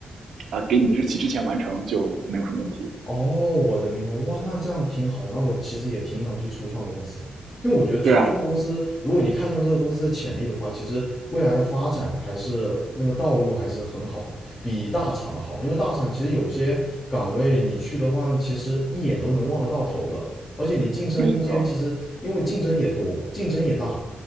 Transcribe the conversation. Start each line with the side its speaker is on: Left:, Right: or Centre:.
Right: 啊、呃给你的日期之前完成，就没有什么问题。
Left: 哦，我能明白，哇，那这样挺好的。那我其实也挺想去初创公司，因为我觉得初创公司，
Right: 对啊，
Left: 如果你看中这个公司的潜力的话，其实未来的发展还是那个道路还是很好的，比大厂的好。因为大厂其实有些岗位你去的话，其实一眼都能望得到头的，而且你晋升空间其实因为竞争也多，
Right: 没错，
Left: 竞争也大，